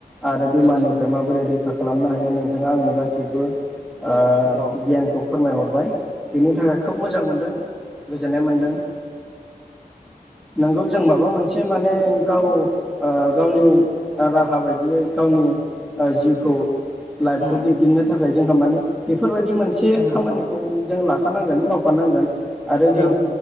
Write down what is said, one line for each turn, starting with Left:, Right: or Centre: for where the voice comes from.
Centre: आरो बिमारनिफ्राय
Right: औ
Centre: माबोरै रै रोखा खालामनो हायो नोंथाङा आंनो गाैसैबो ओ
Right: औ
Centre: गियानखौ फोरमायहरबाय बेनि थाखाय खोब मोजां मोनदों गोजोननाय मोनदों नोंगौ जों माबा मोन से माने गाव ओ गावनि राहा बायदियै गावनि ओ जिउखौ लाइफखौ
Right: उम
Centre: दैदेननो थाख जोंहा माने बेफोरबायदि मोनसे
Right: उम
Centre: खामानिखौ जों लाखानांगोन मावफानांगोन आरो
Right: औ
Centre: जों